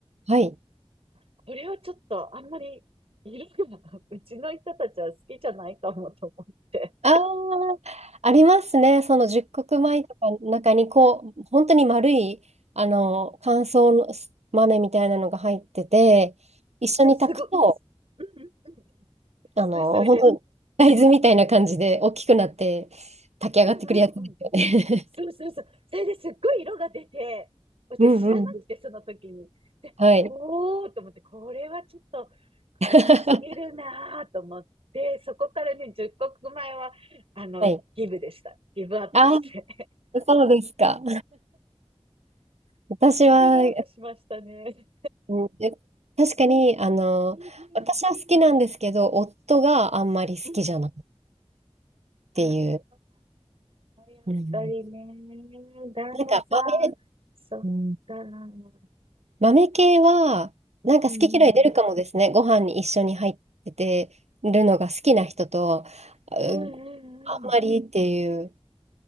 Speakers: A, on the right; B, on the right.
A: はい。
B: これはちょっとあんまり色が <laughs> うちの人たちは好きじゃないかもと思って。
A: ああ、ありますね。その十穀米とかの中に、こう、本当に丸い、あの、乾燥の豆みたいなのが入ってて、一緒に炊くと、
B: そう、すごい。うんうんうん。
A: あの、
B: それそれ。
A: 本当大豆みたいな感じで大きくなって炊き上がってくるやつですよね。
B: うんうんうん。そうそうそう。それですっごい色が出て、
A: <laughs>
B: 私知らなくて、
A: うんうん。
B: その時に。で、
A: <laughs> はい。
B: おーと思って、これはちょっと
A: <laughs>
B: 黒すぎるなーと思って、そこからね、10国前は、あの、
A: はい。
B: ギブでした。ギブアップして。
A: あ、そうですか。私は、
B: <laughs> ギブアップしましたね。
A: うんで確かに、あの、
B: うん
A: 私は好きなんですけど、夫があんまり好きじゃないっ
B: うん。うん。あ
A: ていう。
B: あ、やっぱりね、
A: うん
B: 旦那さん、
A: なんか豆、
B: そっか。
A: うん
B: うん
A: 豆系は、
B: うん。
A: なんか好き嫌い出るかもですね。ご飯に一緒に入っててるのが好きな人と、うん
B: うんうんうん。
A: あんまりっていう。